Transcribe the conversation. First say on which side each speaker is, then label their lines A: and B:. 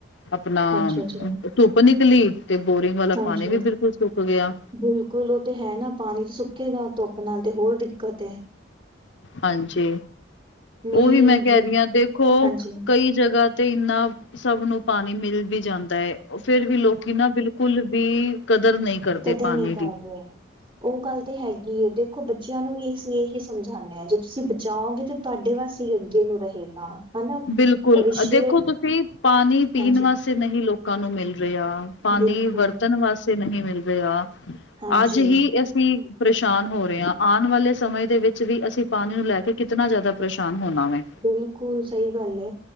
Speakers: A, on the left (about 70°); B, on the right (about 25°).
A: ਆਪਣਾ
B: ਅੱਛਾ ਜੀ,
A: ਧੁੱਪ ਨਿੱਕਲੀ ਤੇ ਬੋਰਿੰਗ ਵਾਲਾ
B: ਹਾਂਜੀ।
A: ਪਾਣੀ ਵੀ ਬਿਲਕੁਲ ਸੁੱਕ ਗਿਆ
B: ਬਿਲਕੁਲ ਉਹ ਤੇ ਹੈ ਨਾ ਪਾਣੀ ਚ ਸੁੱਕੇਗਾ ਧੁੱਪ ਨਾਲ ਤੇ ਹੋਰ ਦਿੱਕਤ ਏ
A: ਹਾਂਜੀ
B: ਮੀਂਹ
A: ਉਹੀ ਮੈਂ ਕਹਿ
B: ਜ
A: ਰਹੀ ਆਂ ਦੇਖੋ
B: ਹਾਂਜੀ
A: ਕਈ ਜਗ੍ਹਾ ਤੇ ਇਹਨਾ ਸਭ ਨੂੰ ਪਾਣੀ ਮਿਲ ਵੀ ਜਾਂਦਾ ਏ ਫਿਰ ਵੀ ਲੋਕੀ ਨਾ ਬਿਲਕੁਲ ਵੀ ਕਦਰ ਨਹੀਂ ਕਰਦੇ
B: ਕਦਰ
A: ਪਾਣੀ
B: ਨੀ ਕਰ
A: ਦੀ
B: ਰਹੇ ਉਹ ਗੱਲ ਤੇ ਹੈਗੀ ਏ ਦੇਖੋ ਬੱਚਿਆਂ ਨੂੰ ਵੀ ਅਸੀਂ ਇਹ ਹੀ ਸਮਝਾਉਣੇ ਹਾਂ ਜੇ ਤੁਸੀਂ ਬਚਾਓਗੇ ਤਾਂ ਤੁਹਾਡੇ <unintelligible> ਅੱਗੇੇ ਨੂੰ ਰਹੇਗਾ ਹਨਾ
A: ਬਿਲਕੁਲ
B: ਭਵਿਸ਼
A: ਅ ਦੇਖੋ ਤੁਸੀਂ ਪਾਣੀ ਪੀਣ
B: ਹਾਂਜੀ
A: ਵਾਸ ਸੇ ਨਹੀਂ ਲੋਕਾਂ ਨੂੰ ਮਿਲ ਰਿਹਾ ਪਾਣੀ
B: ਬਿਲਕੁਲ
A: ਵਰਤਣ ਵਾਸਤੇ ਨਹੀਂ ਮਿਲ ਰਿਹਾ
B: ਹਾਂਜੀ
A: ਅੱਜ ਹੀ ਇਸ ਸੀ ਪ੍ਰੇਸ਼ਾਨ ਹੋ ਰਹੇ ਹਾਂ ਆਉਣ ਵਾਲੇ ਸਮੇਂ ਦੇ ਵਿੱਚ ਵੀ ਅਸੀਂ ਪਾਣੀ ਨੂੰ ਲੈ ਕੇ ਕਿੰਤਨਾ ਜ਼ਿਆਦਾ ਪ੍ਰੇਸ਼ਾਨ ਹੋਣਾ ਵੇ
B: ਬਿਲਕੁਲ ਸਹੀ ਗੱਲ ਏ